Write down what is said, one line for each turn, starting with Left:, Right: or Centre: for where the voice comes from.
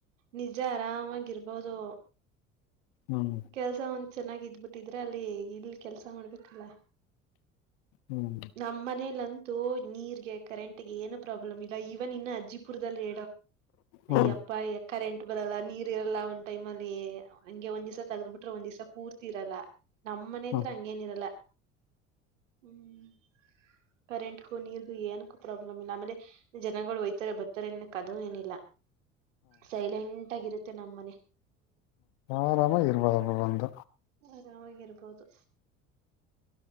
Right: ನಿಜ ಆರಾಮಾಗಿರ್ಬೋದು
Left: ಹ್ಮ್
Right: ಕೆಲ್ಸ ಒಂದ್ ಚೆನ್ನಾಗ ಇದ್ಬಿಟ್ಟಿದ್ರೆ ಅಲ್ಲಿ ಇಲ್ ಕೆಲ್ಸ ಮಾಡ್ಬೇಕಲ್ಲ
Left: ಹ್ಮ್
Right: ನಮ್ಮ ಮನೇಲ್ಲ ಅಂತೂ ನೀರ್ಗೆ ಕರೆಂಟ್ ಗೆ ಏನ ಪ್ರಾಬ್ಲಮ್ ಇಲ್ಲ ಈವನ್ ಇನ್ನ ಅಜ್ಜಿಪುರದಲ್ಲಿ
Left: ಹ್ಮ್
Right: ಅಯ್ಯಪ್ಪ ಕರೆಂಟ್ ಬರಲ್ಲ ನೀರ್ ಇರಲ್ಲ ಒಂದ್ ಟೈಮ ಅಲ್ಲಿ ಹಂಗೆ ಒಂದ್ ದಿವ್ ತೆಗ್ದ್ ಬಿಟ್ರೆ ಒಂದ್ ದಿವ್ಸ ಪೂರ್ತಿ ಇರಲ್ಲ ನಮ್ಮ ಮನೆ
Left: ಹ್ಮ್
Right: ಹತ್ರ ಹಂಗೇನಿರಲ್ಲ ಹ್ಮ್ ಕರೆಂಟ್ಗೂ ನೀರ್ಗು ಏನಕ್ಕೂ ಪ್ರಾಬ್ಲಮ್ ಇಲ್ಲ ಆಮೇಲೆ ಜನಗಳು ಒಯ್ತಾರೆ ಬರ್ತಾರೆ ನ್ಕ್ ಅದು ಏನಿಲ್ಲ ಸೈಲೆಂಟ್ ಆಗಿರುತ್ತೆ ನಮ್ಮನೆ
Left: ಆರಾಮ ಇಬದುಬ್ರು ಬಂದ
Right: ಆರಾಮಾಗಿರ್ಬೋದು